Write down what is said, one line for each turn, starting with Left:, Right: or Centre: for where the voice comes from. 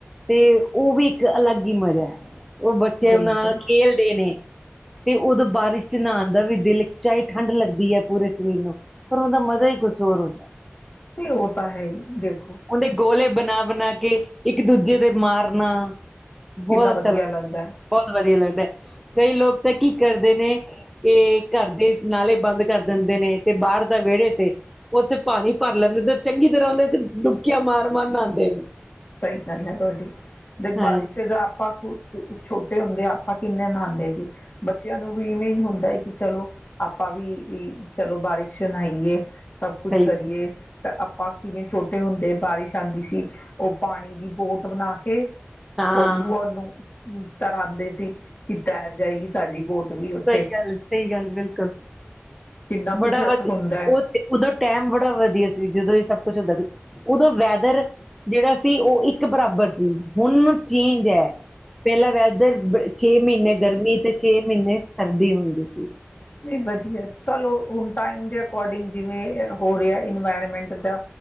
Centre: ਤੇ ਔ ਵੀ, ਇੱਕ ਅਲੱਗ ਹੀ ਮਜਾ ਹੈ, ਉਹ ਬੱਚੇ
Left: ਬਿਲਕੁਲ
Centre: ਉਹਨਾਂ ਨਾਲ ਖੇਲਦੇ ਨੇ ਤੇ ਉਦੋਂ ਬਾਰਿਸ਼ ਚ ਨਹਾਣ ਦਾ ਵੀ ਦਿਲ ਚਾਹੇ ਠੰਢ ਲੱਗਦੀ ਹੈ, ਪੂਰੇ ਸਰੀਰ ਨੂੰ ਪਰ ਉਹਦਾ ਮਜ਼ਾ ਹੀ ਕੁਛ ਹੋਰ ਹੁੰਦਾ।
Left: ਤੇ ਉਹ ਤਾਂ ਹੈ ਹੀ ਦੇਖੋ
Centre: ਉਹਦੇ ਗੋਲੇ ਬਣਾ-ਬਣਾ, ਕੇ ਇੱਕ ਦੂਜੇ ਦੇ ਮਾਰਨਾ ਬਹੁਤ
Left: ਕਿੰਨਾ
Centre: ਅੱਛਾ
Left: ਵਧੀਆ
Centre: ਲੱਗਦਾ
Left: ਹੈ।
Centre: ਬਹੁਤ ਵਧੀਆ ਲੱਗਦਾ, ਕਈ ਲੋਕ ਤਾਂ ਕੀ ਕਰਦੇ ਨੇ ਕਿ ਘਰ ਦੇ ਨਾਲੇ ਬੰਦ ਕਰ ਦਿੰਦੇ ਨੇ ਤੇ ਬਾਹਰ ਦਾ ਵਿਹੜਲੇ ਤੇ ਉੱਥੇ ਪਾਣੀ ਭਰ ਲੈਂਦੇ ਤੇ ਚੰਗੀ ਤਰ੍ਹਾਂ ਉਹਦੇ ਤੇ ਡੁਬਕੀਆਂ ਮਾਰ ਮਾਰ ਨਹਾਉਂਦੇ ਨੇ
Left: ਸਹੀ ਗੱਲ ਹੈ ਤੁਹਾਡੀ ਜ
Centre: ਹਾਂ
Left: ਬਾਰਿਸ਼ ਚ ਆਪਾਂ ਛੋਟੇ ਹੁੰਦੇ ਆਪਾਂ ਕਿੰਨੇ ਨਹਾਉਂਦੇ ਸੀ ਬੱਚਿਆਂ ਨੂੰ ਵੀ ਇਵੇਂ ਹੀ ਹੁੰਦਾ ਹੈ ਕਿ ਚਲੋ ਆਪਾਂ ਵੀ ਚਲੋ ਬਾਰਿਸ਼ ਸੁਣਾਈਏ ਸਭ ਕੁਛ
Centre: ਸਹੀ
Left: ਕਰੀਏ ਤਾਂ ਆਪ ਕਿਵੇਂ ਛੋਟੇ ਹੁੰਦੇ ਬਾਰਿਸ਼ ਆਂਦੀ ਸੀ, ਔ ਪਾਣੀ ਦੀ ਬੋਟ ਬਣਾ ਕੇ
Centre: ਹਾਂ
Left: ਔਰ ਉ ਔਨੂ ਤਰਾਂਦੇ ਸੀ, ਕਿ ਤੈਰ ਜਾਏਗੀ ਸਾਡੀ ਬੋਟ। ਵੀ ਉੱਥੇ
Centre: ਸਹੀ ਗੱਲ, ਸਹੀ ਗੱਲ, ਬਿਲਕੁਲ
Left: ਕਿੰਨਾ
Centre: ਬੜਾ
Left: ਕੁਝ
Centre: ਵਧੀਅ
Left: ਹੁੰਦਾ ਹੈ
Centre: ਔ ਤੇ ਉਦੋਂ ਟੈਮ ਬੜਾ ਵਧੀਆ ਸੀ। ਜਦੋਂ ਸਭ ਕੁਛ ਹੁੰਦਾ ਸੀ ਉਦੋਂ ਵੈਦਰ ਜੇੜਾ ਸੀ ਔ ਇੱਕ ਬਰਾਬਰ ਸੀ, ਹੁਣ ਓ ਚੇਂਜ ਐ। ਪੈਲਾਂ ਵੈਸ ਬੀਰ ਬੇ ਛੇ ਮੀਨੇ ਗਰਮੀ ਤੇ ਛੇ ਮੀਨੇ ਸਰਦੀ ਹੁੰਦੀ ਸੀ।
Left: ਵੀ ਵਧੀਐ ਚਲੋ ਹੁਣ ਟਾਈਮ ਦੇ ਅਕੋਰਡਿੰਗ ਜਿਵੇਂ ਹੋ ਰਿਹੈ ਇਨਵਾਇਰਮੈਂਟ ਦਾ